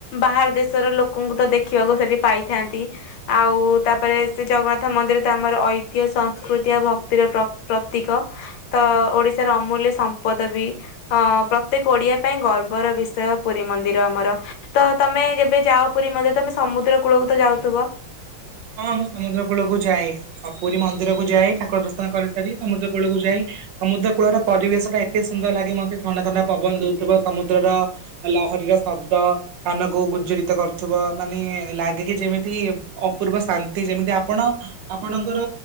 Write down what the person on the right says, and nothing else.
ହଁ ମୁଁ ସମୁଦ୍ର କୂଳକୁ ଯାଏ। ଆଉ ପୁରୀ ମନ୍ଦିର କୁ ଯାଏ ଠାକୁର ଦର୍ଶନ କରିସାରି ସମୁଦ୍ର କୂଳକୁ ଯାଇ। ସମୁଦ୍ର କୂଳର ପରିବେଶ ଟା ଏତେ ସୁନ୍ଦର ଲାଗେ ମତେ ଥଣ୍ଡା ଥଣ୍ଡା ପବନ ଦୋଉଥୁବ ସମୁଦ୍ରର ଲହରୀର ଶବ୍ଦ। କାନକୁ ଗୁଜ୍ଜରିତ କରୁଥୁବ ମାନେ ଲାଗେ କି ଯେମିତି ଅ ପୂର୍ବ ଶାନ୍ତି ଯେମିତି ଆପଣ ଆପଣଙ୍କର